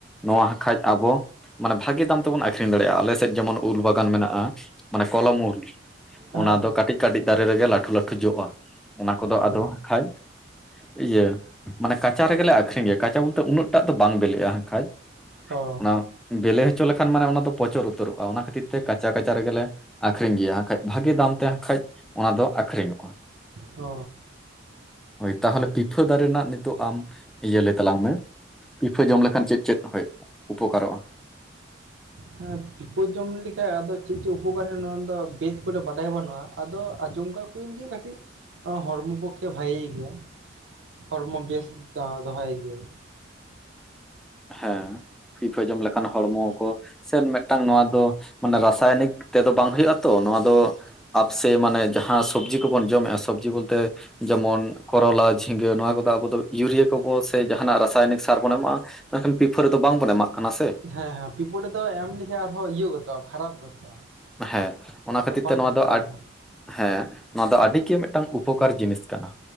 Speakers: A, in the centre; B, on the right (about 70°).
A: ᱱᱚᱣᱟ ᱦᱟᱠᱷᱟᱡ ᱟᱵᱚ, ᱢᱟᱱᱮ ᱵᱷᱟᱜᱮ ᱫᱟᱢ ᱛᱮᱵᱚᱱ ᱟᱠᱷᱨᱤᱧ ᱫᱟᱲᱮᱭᱟᱜᱼᱟ ᱟᱞᱮ ᱥᱮᱫ ᱡᱮᱢᱚᱱ ᱩᱞ ᱵᱟᱜᱟᱱ ᱢᱮᱱᱟᱜᱼᱟ, ᱢᱟᱱᱮ ᱠᱚᱞᱚᱢ ᱩᱞ᱾
B: ᱦᱮᱸ
A: ᱚᱱᱟ
B: ᱦᱮᱸ
A: ᱫᱚ ᱠᱟᱹᱴᱤᱡ ᱠᱟᱹᱴᱤᱡ ᱫᱟᱨᱮ ᱨᱮᱜᱮ ᱞᱟᱹᱴᱷᱩ ᱞᱟᱹᱴᱷᱩ ᱡᱚᱜᱼᱟ, ᱚᱱᱟ ᱠᱚᱫᱚ
B: ᱚ
A: ᱟᱫᱚ ᱠᱷᱟᱡ ᱤᱭᱟᱹ ᱢᱟᱱᱮ ᱠᱟᱪᱟ ᱨᱮᱜᱮ ᱞᱮ ᱟᱠᱷᱨᱤᱧ ᱜᱮᱭᱟ᱾ᱠᱟᱪᱟ ᱵᱚᱞᱛᱮ ᱩᱱᱟᱹᱜ ᱴᱟᱜ ᱫᱚ ᱵᱟᱝ ᱵᱤᱞᱤᱜᱼᱟ ᱦᱟᱸᱠᱷᱡ᱾
B: ᱚ
A: ᱚᱱᱟ ᱵᱮᱞᱮ ᱦᱚᱪᱚ ᱞᱮᱠᱷᱟᱱ ᱢᱟᱱᱮ ᱚᱱᱟ ᱫᱚ ᱯᱚᱪᱚᱨ ᱩᱛᱟᱹᱨᱚᱜᱼᱟ, ᱚᱱᱟ ᱠᱷᱟᱹᱛᱤᱨ ᱛᱮ ᱠᱟᱪᱟ ᱠᱟᱪᱟ ᱨᱮᱜᱮ ᱞᱮ ᱟᱠᱷᱨᱤᱧ ᱜᱮᱭᱟ ᱦᱟᱸᱠᱷᱟᱡ ᱵᱷᱟᱜᱤ ᱫᱟᱢ ᱛᱮ ᱦᱟᱸᱠᱷᱟᱡ ᱚᱱᱟ ᱫᱚ ᱟᱠᱷᱨᱤᱧᱚᱜᱼᱟ᱾
B: ᱚ᱾
A: ᱦᱳᱭ ᱛᱟᱦᱚᱞᱮ ᱯᱤᱯᱷᱟᱹ ᱫᱟᱨᱮ ᱨᱮᱱᱟᱜ ᱱᱤᱛᱚᱜ ᱟᱢ ᱤᱭᱟᱹ ᱞᱟᱹᱭ ᱛᱟᱞᱟᱝ ᱢᱮ᱾ ᱯᱤᱯᱷᱟᱹ ᱡᱚᱢ ᱞᱮᱠᱷᱟᱱ ᱪᱮᱫ ᱪᱮᱫ ᱦᱚᱭ ᱩᱯᱚᱠᱟᱨᱚᱜᱼᱟ?
B: ᱦᱮᱸ ᱯᱤᱯᱟᱹ ᱡᱚᱢ ᱞᱮᱠᱷᱟᱡ ᱟᱫᱚ ᱪᱮᱫ ᱪᱮᱫ ᱩᱯᱚᱠᱟᱨ ᱱᱚᱣᱟ ᱫᱚ ᱵᱮᱥ ᱠᱚᱴᱟ ᱵᱟᱰᱟᱭ ᱵᱟᱹᱱᱩᱜᱼᱟ, ᱟᱫᱚ ᱟᱸᱡᱚᱢ ᱠᱟᱜ ᱠᱩᱭᱤᱧ ᱡᱮ ᱠᱟᱹᱴᱤᱡ ᱚᱸ ᱦᱚᱲᱢᱚ ᱯᱚᱠᱠᱷᱮ ᱵᱷᱟᱜᱮ ᱜᱮᱭᱟ᱾ ᱦᱚᱲᱢᱚ ᱵᱮᱥ ᱫᱚ ᱫᱚᱦᱚᱭ ᱜᱮᱭᱟᱭ᱾
A: ᱦᱮᱸ ᱯᱤᱯᱷᱟᱹ ᱡᱚᱢ ᱞᱮᱠᱷᱟᱱ ᱦᱚᱲᱢᱚ ᱠᱚ ᱥᱮᱱ ᱢᱤᱫᱴᱟᱝ ᱱᱚᱣᱟ ᱫᱚ ᱢᱟᱱᱮ ᱨᱟᱥᱟᱭᱚᱱᱤᱠ ᱛᱮᱫᱚ ᱵᱟᱝ ᱦᱩᱭᱩᱜᱼᱟ ᱛᱚ ᱱᱚᱣᱟ ᱫᱚ ᱟᱯ ᱥᱮ, ᱢᱟᱱᱮ ᱡᱟᱦᱟᱸ ᱥᱚᱵᱽᱡᱤ ᱠᱚᱵᱚᱱ ᱡᱚᱢᱮᱜᱼᱟ ᱥᱚᱵᱽᱡᱤ ᱵᱚᱞᱛᱮ ᱡᱮᱢᱚᱱ ᱠᱚᱨᱚᱞᱟ, ᱡᱷᱤᱸᱜᱟᱹ ᱱᱚᱣᱟ ᱠᱚᱫᱚ ᱟᱵᱚ ᱫᱚ ᱤᱭᱩᱨᱤᱭᱟ ᱠᱚᱵᱚ ᱥᱮ ᱡᱟᱦᱟᱱᱟᱜ ᱨᱟᱥᱟᱭᱚᱱᱤᱠ ᱥᱟᱨ ᱵᱚᱱ ᱮᱢᱚᱜᱼᱟ, ᱢᱮᱱᱠᱷᱟᱱ ᱯᱤᱯᱟᱹ ᱨᱮᱫᱚ ᱵᱟᱝ ᱵᱚᱱ ᱮᱢᱟᱜ ᱠᱟᱱᱟ ᱥᱮ?
B: ᱦᱮᱸ ᱦᱮᱸ ᱯᱤᱯᱟᱹ ᱨᱮᱫᱚ ᱮᱢ ᱞᱮᱠᱷᱟᱡ ᱟᱨᱦᱚᱸ ᱤᱭᱟᱹ ᱜᱚᱫᱚᱜᱼᱟ ᱠᱷᱟᱨᱟᱯ ᱜᱚᱫᱚᱜᱼᱟ᱾
A: ᱦᱮᱸ ᱚᱱᱟ ᱠᱷᱟᱹᱛᱤᱨ
B: ᱵᱟᱝ
A: ᱛᱮ ᱱᱚᱣᱟ
B: ᱡᱩᱛᱚᱜᱼᱟ
A: ᱫᱚ ᱟ
B: ᱦᱟᱸᱜ
A: ᱦᱮᱸ ᱱᱚᱣᱟ ᱫᱚ ᱟᱹᱰᱤ ᱜᱮ ᱢᱤᱫᱴᱟᱝ ᱩᱯᱚᱠᱟᱨ ᱡᱤᱱᱤᱥ ᱠᱟᱱᱟ᱾